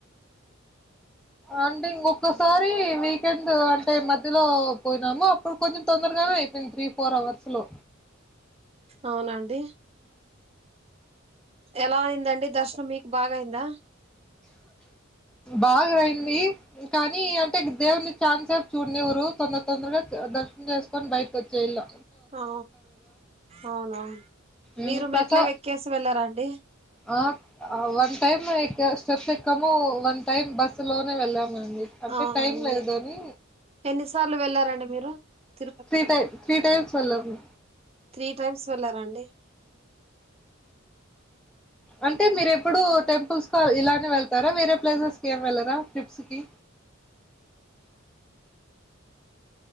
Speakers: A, in the centre; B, on the right.
A: అన్ టె ఇంకోక్కసారి వీకెండ్ అంటే మధ్య లొ పోయినామా అప్ ప్పుడు కొంచెం తందరగానె అయిపోయింది త్రీ ఫోర్ అవర్స్లో
B: అవునండి ఎలా అయిందండి దర్శనం మీకు బాగా అయింద
A: బాగా అయింది కానీ అంటే దేవుని ఛాన సేప్ చూడనివరు తొందర తొందరగా దర్శనం చేసుకొని బయటకి వచ్చేయల్ల
B: అ అవునవును
A: ఉమ్,
B: మీరు
A: ప్రసా
B: మెట్లే ఎక్కేసి వెళ్ళార అండి
A: ఆ వన్ టైమ్ ఎక్కె స్టెప్స్ ఎక్కము వన్ టైమ్ బస్సు లోనే వెళ్ళాము అండి అంటే
B: అవునండి
A: టైం లేదు అని
B: ఎన్నిసార్లు వెళ్ళారండి మీరు Tirupati
A: free time three times వెళ్లాము
B: త్రీ టైమ్స్ వెళ్ళారా అండి
A: అంటే మీరు ఎప్పుడుూ టెంపుల్స్ కు ఇలానే వెళ్తారా వేరే ప్లేసెస్కి ఏమి వెళ్లరా ట్రిప్స్ కి